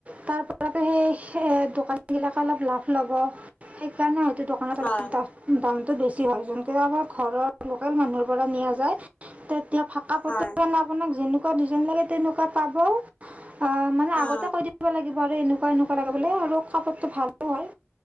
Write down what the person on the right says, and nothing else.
তাৰ পৰাতো সেই সে দোকানী বিলাকে অলপ লাভ ল'ব সেইকাৰণে হয়তো দোকানত অলপ
দা দামটো বেছি হয় যোনটোৱে আমাৰ ঘৰৰ লোকেল মানুহৰ পৰা নিয়া যায় ত'ত এতিয়া ফাটা ফটি কাপোৰটো
মানে আপোনাক যেনে কুৱা ডিজাইন লাগে তেনেকুৱা পাব অ মানে আগতে
কৈ দিব লাগে বাৰ এনেকুৱা এনেকুৱা লাগে বোলে আৰু কাপোৰটো ভালো হয়